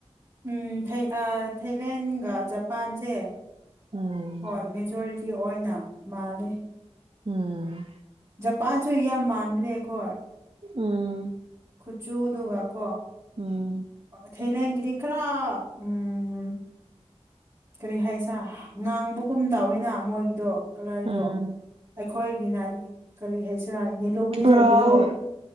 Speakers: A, on the right; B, on the right.
A: ꯎꯝ ꯊꯩ ꯑ ꯊꯥꯏꯂꯦꯟꯒ ꯖꯄꯥꯟꯁꯦ
B: ꯎꯝ
A: ꯍꯣꯏ ꯃꯦꯖꯣꯔꯤꯇꯤ ꯑꯣꯏꯅ ꯃꯥꯂꯦ
B: ꯎꯝ
A: ꯖꯄꯥꯟꯁꯨ ꯌꯥꯝ ꯃꯥꯟꯕꯅꯦ ꯑꯩꯈꯣꯏ
B: ꯑꯥ
A: ꯈꯨꯆꯨꯗꯨ ꯋꯥ ꯀꯣ
B: ꯎꯝ
A: ꯑ ꯊꯦꯂꯦꯟꯒꯗꯤ ꯈꯔ ꯎꯝ ꯀꯔꯤ ꯍꯥꯏꯁ ꯉꯥꯡꯕꯒꯨꯝ ꯇꯧꯋꯤꯅ ꯃꯣꯏꯒꯤꯗꯣ ꯀꯂꯔꯗꯣ
B: ꯎꯝ
A: ꯑꯩꯈꯣꯏꯒꯤꯅ ꯀꯔꯤ ꯍꯥꯏꯁꯤꯔꯥꯅꯦꯦ ꯂꯤ
B: ꯕ꯭ꯔꯥꯎꯟ
A: ꯁꯣꯏꯕꯗꯣ